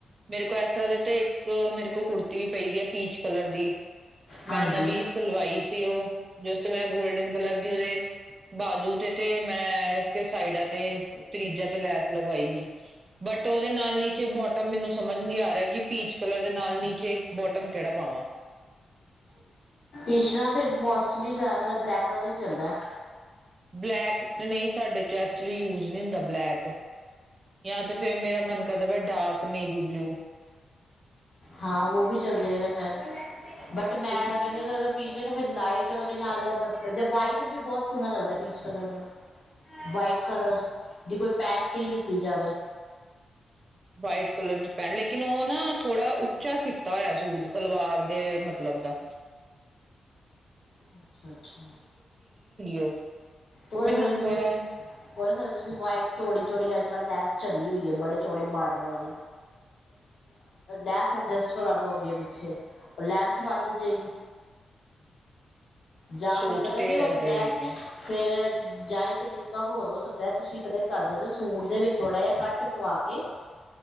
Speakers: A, on the right; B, on the left.
A: ਮੇਰੇ ਕੋਲ ਇਸ ਤਰ੍ਹਾਂ ਦੇ ਤੇ ਇੱਕ ਮੇਰੇ ਕੋਲ ਕੁੜਤੀ ਵੀ ਪਈ ਦੀ ਆ ਪੀਚ ਕਲਰ ਦੀ, ਮੈਂ
B: ਹਾਂਜੀ
A: ਨਵੀਂ ਸਿਲਵਾਈ ਸੀ ਔ, ਜਿਸ ਤੇ ਮੈਂ ਗੋਲਡਨ ਕਲਰ ਬੀ ਉਹ ਦੇ ਬਾਜੂ ਤੇ- ਤੇ ਮੈਂ ਸਾਈਡਾਂ ਤੇ ਤਲੀਜਾ ਤੇ ਲੈਸ ਲਗਈ ਸੀ, ਬਟ ਉਹਦੇ ਨਾਲ ਨੀਚੇ ਬੋਟਮ ਮੈਨੂੰ ਸਮਝ ਨੀ ਆ ਰਿਹਾ ਕਿ ਪੀਚ ਕਲਰ ਦੇ ਨਾਲ ਨੀਚੇ ਬੋਟਮ ਕਿਹੜਾ ਪਾਵਾਂ?
B: ਇਸ ਤਰ੍ਹਾਂ ਫਿਰ ਮੋਸਟਲੀ ਜ਼ਿਆਦਾਤਰ ਬਲੈਕ ਕਲਰ ਹੀ ਚੱਲਦਾ।
A: ਬਲੈਕ ਨਹੀਂ ਸਾਡੇ ਚੋਂ ਐਕਚੁਲੀ ਯੂਜ ਨਹੀਂ ਹੁੰਦਾ ਬਲੈਕ, ਜਾਂ ਤੇ ਫਿਰ ਮੇਰਾ ਮਨ ਕਰਦਾ ਪਿਆ ਡਾਰਕ ਨੇਵੀ ਬਲਿਊ।
B: ਹਾਂ ਉਹ ਵੀ ਚੱਲ ਜਾਏਗਾ ਸ਼ਾਇਦ। ਬਟ
A: ਕਿਉਂਕਿ
B: ਮੈਂ ਕਹਿੰਦੀ ਪੀਚ ਹੈ, ਫਿਰ ਲਾਈਟ ਤੇ ਉਹਦੇ ਨਾਲ ਮਤਲਬ ਜਾਂ ਵਾਈਟ ਵੀ ਬਹੁਤ ਸੋਹਣਾ ਲੱਗਦਾ ਪੀਚ ਕਲਰ ਨਾਲ, ਵਾਈਟ ਕਲਰ ਦੀ ਕੋਈ ਪੈਂਨਟ ਹੀ ਲਿੱਤੀ ਜਾਵੇ
A: ਵਾਈਟ ਕਲਰ ਚ ਪੈਣ ਲੇਕਿਨ ਉਹ ਨਾ ਥੋੜਾ ਉੱਚਾ ਸੀਤਾ ਹੋਇਆ ਸੀ। ਸੂਟ ਸਲਵਾਰ ਦੇ ਮ ਉਪਲਬਧ ਆ
B: ਅੱਛਾ ਅੱਛਾ,
A: ਉਹ ਤੇ
B: ਉਹਦੇ
A: ਮੈਨੂੰ
B: ਸਾਥ
A: ਥੋੜਾ
B: ਤੁਸੀਂ ਵਾਈਟ ਚੋੜੀ ਚੋੜੀ ਅੱਜ ਕੱਲ ਲੈਸ ਚੱਲੀ ਹੋਈ ਹੈ, ਬੜੇ ਚੌੜੀ ਬਾਰਡਰ ਵਾਲੀ ਲੈਸ਼ ਅਡਜੈਸਟ ਕਰਵਾ ਲਓ ਅੱਗੇ ਪਿੱਛੇ, ਲੈਂਥ ਵੱਧ ਜਾਏਗੀ। ਜਾਂ
A: ਸੋਚ
B: ਫਿਰ ਪਤਾ
A: ਤੇ
B: ਕੀ ਹੋ
A: ਏਦਾਂ
B: ਸਕਦਾ
A: ਹੀ ਰਹੀ
B: ਹੈ
A: ਆ
B: ਫੇਰ ਜਾਂ ਇੱਕ ਤਰੀਕੇ ਕਾ ਹੋਰ ਹੋ ਸਕਦਾ ਹੈ ਤੁਸੀਂ ਇਤਨਾ ਹੀ ਕਰ ਸਕਦੇ ਹੋ, ਸੂਟ ਦੇ ਵਿੱਚ ਥੋੜਾ ਜਿਹਾ ਕੱਟ ਪਵਾ ਕੇ